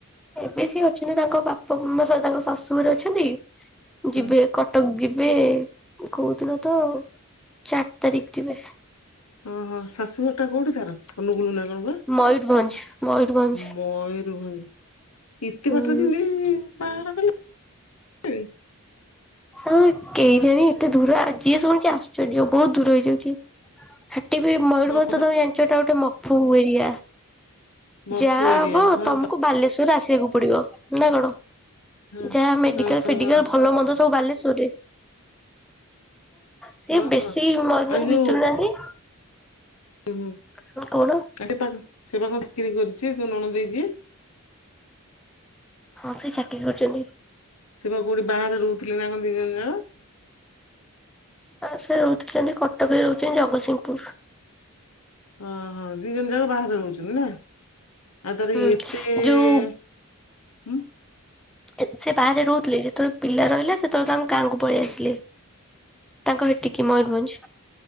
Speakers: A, in the centre; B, on the left (about 80°).
A: ଏବେ ସେ ଅଛନ୍ତି ତାଙ୍କ ବାପା ମ ସରି ତାଙ୍କ ଶଶୁଘରେ ଅଛନ୍ତି
B: ହଁ
A: ଯିବେ କ କଟକ ଯିବେ କୋଉଦିନ ତ? ଚାରି ତାରିଖ ଯିବେ।
B: ଓହୋ ସା ଶାଶୁ ଘରଟା କୋଉଠି ତାର ଅନୁଗୁଳ ନା କଣ ବା
A: ମୟୂରଭଞ୍ଜ ମୟୂରଭଞ୍ଜ
B: ମୟୂରଭଞ୍ଜ। ଏତେ
A: ହୁଁ।
B: ବାଟରେ କେମତି ବାହାଘର କଲେ?
A: ଆଉ କେଜାଣିି ଏତେ ଦୂର ଆ-ଯିଏ ଶୁଣିଚି ଆଶ୍ଚର୍ଯ୍ୟ ବହୁତ୍ ଦୂର ହେଇଯାଉଚି। ହେଟି ବି ମୟୂରଭଞ୍ଜ୍
B: କଣ
A: ତ
B: ବେ?
A: ତମେ ଜାଣିଚ ଏଟା ଗୋଟେ ମଫୁ ଏରିଆ।
B: ମଫୁ
A: ଯା ହବ
B: ଏରିଆ ହଁ
A: ତମୁକୁ
B: ତ
A: ବାଲେଶ୍ଵର୍ ଶ୍ଵର ଆସିବାକୁ ପଡିବ ନା କଣ
B: ହଁ
A: ଯା ମେଡି ମେଡ଼ିକାଲ୍ ଫେଡିକାଲ୍
B: ହଁ
A: ଭଲ ମନ୍ଦ ସବୁ ବାଲେଶ୍ଵରରେ। ସିଏ
B: ହଁ
A: ବେଶୀ ମୟୁରଭଞ୍ଜ
B: ଆଉ ଯୋଉ
A: ଭିତୁରୁ ନାହାନ୍ତି
B: <inaudible>
A: ହଁ- କଣ?
B: ଆ ସେ- ପା- ସେ ପା କଣ ବିକିରି କରିଚି ତୋ ନଣଦେଇ ଯିଏ?
A: ହଁ ସେ ଚାକିରି କରୁଚନ୍ତି।
B: ସେ ବା କଉଠି ବାହାରେ ରହୁଥିଲେ ନା କଣ ଦି ଜଣ ଯାକ?
A: ଆଉ ସେ ରହୁଚନ୍ତି କଟକରେ ରହୁଚନ୍ତି ଜଗତସିଂହପୁର୍
B: ଓ -ହଁ ଦି ଜଣ ଯାକ ବାହାରେ ରହୁଚନ୍ତି ନା? ଆଉ ତାର
A: ହୁଁ
B: ଏତେ- ହୁଁ।
A: ଯୋଉ ଏ-ସେ ବାହାରେ ରହୁଥିଲେ ଯେତେବେଳେ ପିଲା ରହିଲା ସେତେବେଳେ ତାଙ୍କ ଗାଁକୁ ପଳେଇ ଆସିଲେ। ତାଙ୍କ ର ଟିକି ମୟୂରଭଞ୍ଜ୍।